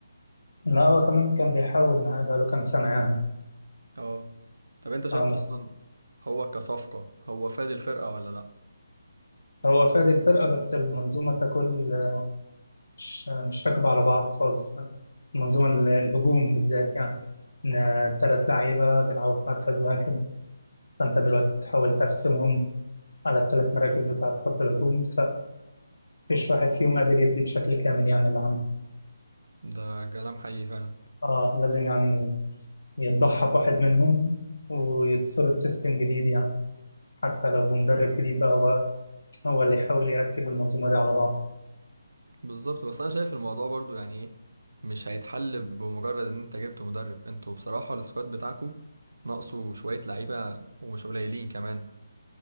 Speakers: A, on the left; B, on the right.
A: لا هو كمان كان بيحاول معاه بقاله كام سنه يعني
B: اه طب انت شايف
A: اه بس
B: اصلا هو كصفقة هو فاد الفرقة ولا لا
A: هو فاد الفرقة بس المنظومة ككل آه، مش مش راكبة على بعض خالص المنظومة ال- الهجوم بالذات يعني إن تلات لعيبة بيلعبوا في مركز واحد فأنت دلوقتي بتحاول تقسمهم على التلات مراكز بتاعة خط الهجوم فمفيش واحد فيهم قادر يدي بشكل كامل يعني اللي عنده
B: ده كلام حقيقي فعلا
A: اه لازم يعني يتضحى بواحد منهم ويتفرض سيستم جديد يعني حتى لو بمدرب جديد بقى هو هو اللي يحاول يركب المنظومة دي على بعض
B: بالظبط بس انا شايف الموضوع برضو يعني ايه مش هيتحل بمجرد ان انت جبت مدرب انتوا بصراحة السكواد بتاعكو ناقصه شوية لعيبة ومش قليلين كمان